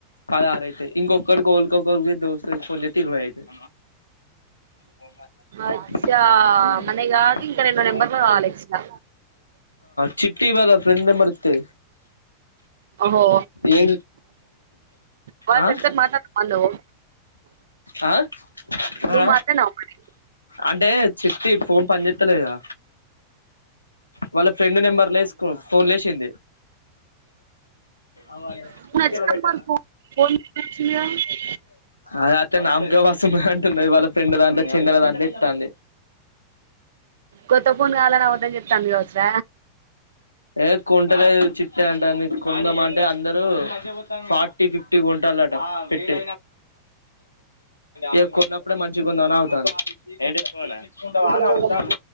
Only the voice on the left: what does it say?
పదారైతయ్ ఇంకొక్కటి గోల్కొ ఫోన్ జెయ్ దోస్తలకు ఫోన్ జెతే ఇరవై ఐతయ్ పోంట <unintelligible>
ఆ
చిట్ టీ ఇత్ ఇయ్ గదా ఫ్రెండ్ నంబర్ ఇతే
ఏం
ఆ
ఆ
ఆ
అంటే చిట్టి ఫోన్ పనిజెస్తలేగా వాళ్ళ ఫ్రెండ్ నెంబర్లేసుకో ఫోన్ జేసింది అవ్ అలె
ఉష్కల
బెట్టన
ఆ అద అట్ల నాం కె వసు వున్నది అంటున్నది వాళ్ళ ఫ్రెండ్ దాంట్లొ చెల్లె రంబితంది
ఏ కొంట లేదు చి టె అంటంది కొందాం అంటే అందరు ఫార్టీ ఫిఫ్టీ కొంటలంట పెట్టి ఇగ కొన్న ప్ ఇదిగోన ననావుతంది ఏంటి నీక్ ఫోన ఇంగ వాన్నడుగుతాను